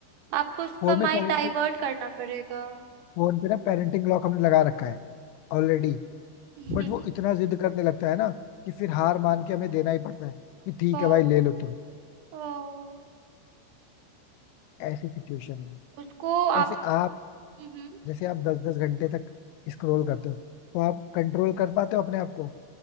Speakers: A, on the right; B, on the left.
A: आपको उसका
B: फोन
A: माइंड
B: में पेरेंट
A: डाइवर्ट करना पड़ेगा
B: फोन पे ना पेरेंटिंग लॉक हमने लगा रखा है ऑलरेडी
A: <laughs>
B: बट वो इतना जिद करने लगता है ना कि फिर हार मान के हमें देना ही पड़ता है कि ठीक
A: ओ
B: है भाई ले लो तुम
A: ओ
B: ऐसी सिचुएशन है
A: उसको
B: वैसे
A: आप
B: आप
A: हम्म
B: जैसे आप दस दस घंटे तक स्क्रॉल करते हो तो आप कंट्रोल कर पाते हो अपने आप को